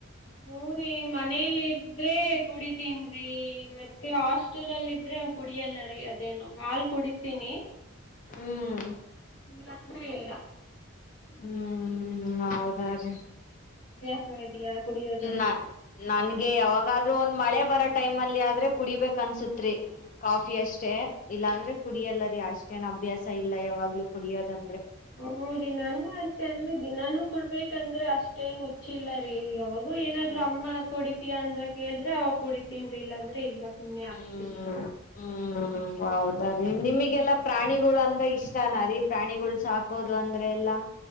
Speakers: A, on the left (about 60°); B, on the left (about 35°).
A: ಹಊರಿ ಮನೇಲಿ ಇದ್ರೆ ಕುಡಿ ತಿನ್್ರಿ ಮತ್ತೆ ಹಾಸ್ಟೆಲ್ಲ್ ಇದ್ರೆ ಕುಡಿಯಲ್ಲ ರಿ ಅದೇನು ಹಾಲ್ ಕುಡಿತೀನಿ
B: ಹ್ಮ್
A: ಇಲ್ಲಂದ್ರೆ ಇಲ್ಲ
B: ಹ್ಮ್ ಹ್ಮ್ ಹೌದ್ರೀ
A: ಸಡಿಯಾ ಕುಡಿಯೋದ
B: ನ ನನ್ಗೆ ಯಾವಾಗಾದ್ರೂ ಒಂದ್ ಮಳೆ ಬರೋ ಟೈಮ್ ಅಲ್ಲಿ ಆದ್ರೆ ಕುಡಿಬೇಕ ಅನ್ಸತ್ರಿ ಕಾಫಿ ಅಷ್ಟೇ ಇಲ್ಲಾಂದ್ರೆ ಕುಡಿಯಲ್ಲ ರರಿ ಅಷ್ಟೇನ್ ಅಭ್ಯಾಸ ಇಲ್ಲ ಯಾವಾಗ್ಲುೂ ಕುಡಿಯೋದಂದ್ರೆ
A: ಹ್ಮರಿ ನಾನೂ ಅಷ್ಟೆ ಅಂದ್ರೆ ದಿನಾನೂ ಕೊಡ್ಬೇಕಂದ್ರೆ ಅಷ್ಟೇನ್ ಮುಚ್ಚಿಲ್ಲ ರೀ ಯಾವಾಗ ು ಏನಾದ್ರು
B: ಹ್ಮ್
A: ಅಮ್ಮ ಕುಡ ಅಂದ್ರ ಕೇಳಿದ್ರೆ ಅವಾಗ ಕುಡಡಿ ತಿನ್ಿ ಇಲ್ಲ ಅಂದ್ರೆ ಇಲ್ಲ ಸುಮ್ನೆ
B: ಹ್ಮ್
A: ಆಗ್ತೀನಿ
B: ಹ್ಮ್ ಹೌದು ಸರಿ ನಿಮಗೆಲ್ಲಾ ಪ್ರಾಣಿಗಳು ಅಂದ್ರೆ ಇಷ್ಟಾನ ರೀ ಪ್ರಾಣಿಗಳು ಸಾಕೋದು ಅಂದ್ರೆ ಎಲ್ಲಾ